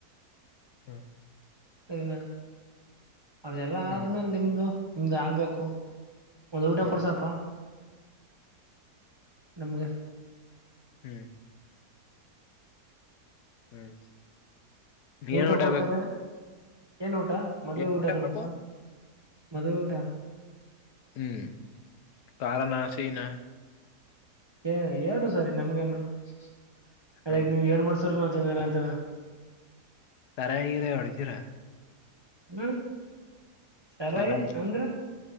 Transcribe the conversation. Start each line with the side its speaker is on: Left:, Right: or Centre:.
Left: ಹ್ಮ್
Right: ಸರಿನಾ ಅವ್ರ್ದ ಎಲ್ಲಾ
Left: ಹ್ಮ್
Right: ಆದ್ಮೇಲೆ ನಿಮ್ದು ನಿಮ್ದು ಆಗ್ಬೇಕು ಒಂದು್ ಊಟ
Left: ಹ್ಮ್
Right: ಕೊಡ್ಸಪ್ಪ
Left: ಹ್ಮ್
Right: ನಮಗೆ
Left: ಹ್ಮ್ ಹ್ಮ್
Right: ಊಟ
Left: ಏನ್
Right: ಕೊಡ್ತಾರೆ
Left: ಬೇಕು
Right: ಏನ್ ನೋಟ ಊಟಾ ಮದ್ುವೆ
Left: ಏನ್
Right: ಊಟಕಣಪ್ಪಾ
Left: ಊಟ ಬೇಕು
Right: ಮದ ಊಟಾ
Left: ಹ್ಮ್ ಕಾರಣಸೀನಾ
Right: ಹ ಎರಡು ಸರಿ ನಮ್ಗನ <inaudible> ಅದ
Left: ಹ್ಮ್
Right: ನೀವ್ ಎರಡ್ ಮಾಡ್ಸ್ರ ಿಂದ ರಂತ
Left: ಸರಾಗಿಿರ ಹೊಡಿತೀರಾ
Right: ಹ್ಮ ಸರಾಇ
Left: ಸರಾಯಿ
Right: ಅಂದ್ರ